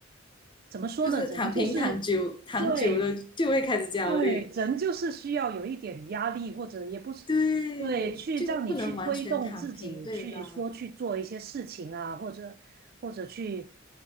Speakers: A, on the right (about 50°); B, on the left (about 25°).
A: 怎么说呢，
B: 就是躺平躺久躺久了就会开始焦虑。
A: 人就是对对，人就是需要有一点压力，或者也不是，
B: 对，
A: 对，去让你去推动自己去说去做一些事情啊，
B: 就不能完全躺平，对吧？
A: 或者或者去，